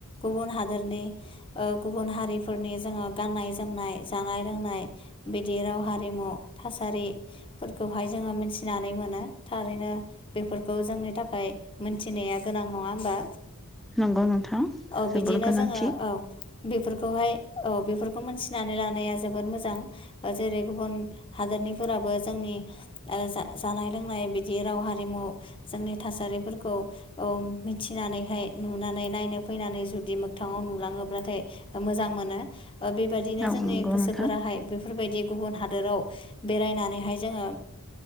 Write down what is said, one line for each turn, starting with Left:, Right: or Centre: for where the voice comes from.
Left: गुबुन हादोरनि ओ गुबुन हारिफोरनि जोङो गाननाय जोमनाय जानाय लोंनाय बिदि राव हारिमु थासारि फोरखौहाय जोङो मिनथिनानै मोनो थारैनो। बेफोरखौ जोंनि थाखाय मोनथिनाया गोनां नङा होमबा?
Centre: नंगौ नोंथां
Left: औ
Centre: जोबोर
Left: बिदिनो
Centre: गोनांथि
Left: जोङो औ बेफोरखौहाय औ बेफोरखौ मोनथिनानै लानाया जोबोर मोजां। ओ जेरै गुबुन हादोरनिफोराबो जोंनि ओ जा-जानाय लोंनाय बिदि राव हारि हारिमु जोंनि थासारिफोरखौ औ मिथिनानैहाय नुनानै नायनो फैनानै जुदि मोगथाङाव नुलाङोब्लाथाय मोजां मोनो ओ बेबादिनो
Centre: औ
Left: जोंनि
Centre: नंगौ
Left: गोसोफोराहाय
Centre: नोंथां
Left: बे बेफोरबायदि गुबुन हादोराव बेरायनानैहाय जोङो